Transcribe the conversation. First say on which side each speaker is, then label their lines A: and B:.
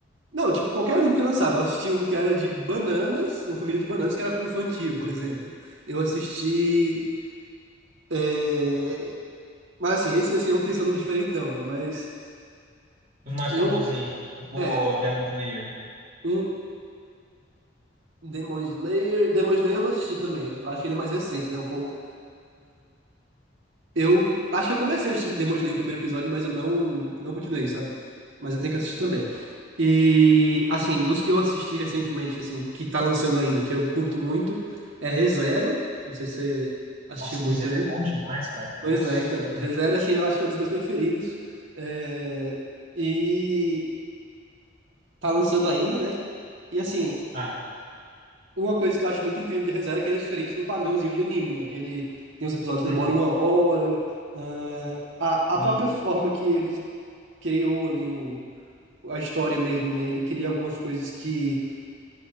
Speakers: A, on the right; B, on the right.
A: Não, tipo, qualquer anime que lançava, eu assisti um que era de bananas, uma família de bananas que era infantil, por exemplo. Eu assisti, é, mas assim, esse assim, eu pensando no diferentão, né? Mas
B: Os mais
A: eu,
B: famosinhos, tipo
A: é,
B: Demon Slayer.
A: um Demon Slayer, Demon Slayer eu não assisti também, eu acho que ele é mais recente, né, um pouco. Eu acho que eu comecei a assistir Demon Slayer, o primeiro episódio, mas eu não, não continuei, sabe? Mas eu tenho que assistir também. E, assim, dos que eu assisti recentemente, assim, que tá lançando ainda, que eu curto muito, é ReZero. Não sei se você assistiu
B: Nossa,
A: muito
B: Rizé é
A: aí.
B: bom demais, cara.
A: Pois
B: Nossa.
A: é, então. ReZero, assim, eu acho que é um dos meus preferidos. É, E tá lançando ainda, né? E, assim,
B: Ah,
A: uma coisa que eu acho muito incrível de ReZero é que ele é diferente do padrãozinho de anime, né? Que ele tem os episódios que
B: hum,
A: demoram uma hora. Ah, a,
B: hum.
A: a própria forma que ele criou ali o, a história mesmo, né? Ele cria algumas coisas que